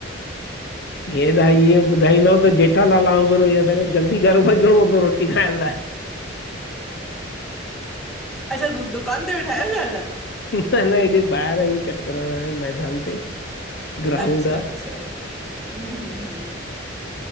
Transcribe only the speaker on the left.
हेअ त इअं ॿुधाईंदव त जेठालाल वांगुरु असांखे जल्दी घरु भजणो पवंदो रोटी खाइण लाइ।
न न हेॾे ॿाहिर आ चकर न मैदान ते। ग्राउंड